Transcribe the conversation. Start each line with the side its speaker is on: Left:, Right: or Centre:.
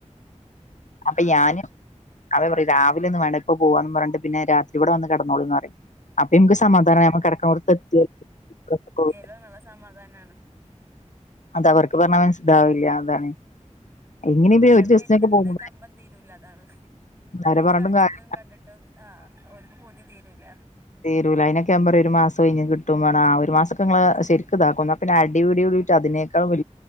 Left: അപ്പോ
Right: ആ
Left: ഞാന് അവര് പറയും രാവിലെയൊന്നും വേണ്ട ഇപ്പ പോവാന്ന് പറഞ്ഞോണ്ട് പിന്നെ രാത്രി ഇവടെ വന്ന് കെടന്നോളും എന്ന് പറയും അപ്പൊ ഞമ്മക്ക് സമാ ധാനമാവും കിടക്കാണോടത്ത് എത്തി <unintelligible>
Right: എല്ലാം നല്ല സമാധാനാണ്
Left: അത് അവർക്ക് പറഞ്ഞാ മനസി ഇതാവില്ല അതാണ് എങ്ങനെങ്കിലും
Right: കുട്ടികൾക്ക്
Left: ഒരു ദിവസത്തിനൊക്കെ
Right: അതിൽ നിന്ന്
Left: പോകുമ്പോ
Right: കമ്പം തീരൂല അതാണ് ഓൽക്ക്
Left: ആരെ പറഞ്ഞിട്ടും
Right: കളിച്ചിട്ടും
Left: കാര്യ
Right: കണ്ടിട്ടും ആഹ് ഓൽക്ക് പുതി തീരൂല.
Left: തീരൂല അതിനൊക്കെ ഞാൻ പറയും ഒരു മാസം കഴിഞ്ഞ് കിട്ടൂന്ന് പറഞ്ഞ് ആ ഒരു മാസവൊക്കെ നിങ്ങള് ശരിക്ക് ഇതാക്കും എന്നാ പിന്നെ അടിപിടി കൂടിയിട്ട് അതിനേക്കാൾ വ